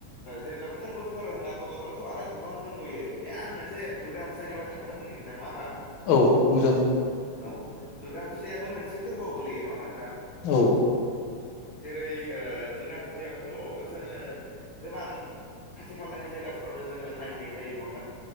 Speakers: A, on the left; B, on the left.
A: जेनेबा फोरबोफोर होनना बुङोब्लाथ' आरो गोबां दंबायो दे आं मोनसे दुरगा फुजानि बाथ्राखोनो बुंनि नोंथां नङा होमबा
B: औ बुंजागोन।
A: औ दुर्गा फुजायाबो मोनसे फोरबोआव गोलैयो नङा होमबा नों
B: औ
A: जेरै दुर्गा फुजायावथ' जोङो गोबां खाथि खालानि जायगाफोरावनो जोङो नायहैनाय जायो नङा होमबा